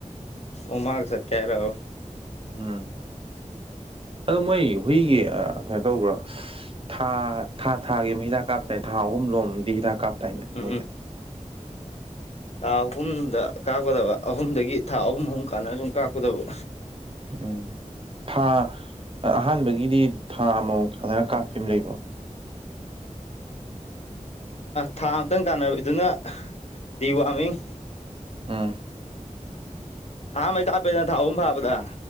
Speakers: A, on the left; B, on the right.
A: ꯎꯃꯒꯁꯠ ꯀꯔꯣ
B: ꯎꯝ ꯑꯣ ꯃꯣꯏ ꯍꯨꯏꯒꯤ ꯀꯩꯅꯣ ꯇꯧꯕ꯭ꯔꯣ ꯊꯥ ꯊꯥ ꯊꯥꯒꯤ ꯑꯃ ꯍꯤꯗꯥꯛ ꯀꯥꯞꯇꯅꯦ ꯊꯥ ꯑꯍꯨꯝꯂꯣꯝꯗꯤ ꯍꯤꯗꯥꯛ ꯀꯥꯞꯇꯥꯏꯅꯦ
A: ꯎꯝ
B: ꯃꯣꯏꯒꯤ
A: ꯎꯝ ꯊꯥ ꯑꯍꯨꯝꯗ ꯀꯥꯞꯀꯗꯕ ꯑꯍꯨꯝꯗꯒꯤ ꯊꯥ ꯑꯍꯨꯝ ꯑꯍꯨꯝ ꯀꯥꯟꯅ ꯁꯨꯝ ꯀꯥꯞꯀꯗꯕ
B: ꯎꯝ ꯊꯥ ꯑꯍꯥꯟꯕꯒꯤꯗꯤ ꯊꯥ ꯑꯃꯃ ꯆꯪꯗꯔ ꯀꯥꯞꯄꯤ ꯑꯃ ꯂꯩꯕꯣ
A: ꯊꯥ ꯑꯃꯝꯇꯪ ꯀꯥꯟꯅꯕꯤꯗꯨꯅ ꯗꯤ ꯋꯥꯔꯃꯤꯡ
B: ꯎꯝ
A: ꯑꯥ ꯃꯥꯏ ꯀꯥꯄꯦꯗꯅ ꯊꯥꯎ ꯐꯥꯕꯗ